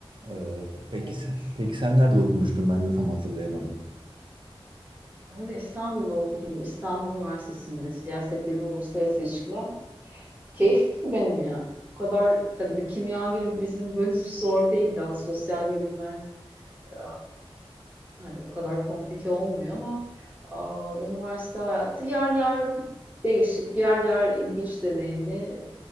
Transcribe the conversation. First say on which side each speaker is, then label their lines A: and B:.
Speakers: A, on the right; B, on the right.
A: Ee,
B: Yıldız
A: peki
B: olmuş.
A: sen, peki sen nerede okumuştun? Ben de tam hatırlayamadım.
B: Ben de İstanbul'da okudum. İstanbul Üniversitesi'nde siyaset bilimi uluslararası ilişkiler. Keyifliydi benim ya. O kadar tabii kimya gibi bizim bölüm zor değil daha sosyal bölümler e, Hani o kadar komplike olmuyor ama aa, üniversite hayatı yer yer değişik, yer yer ilginç deneyimli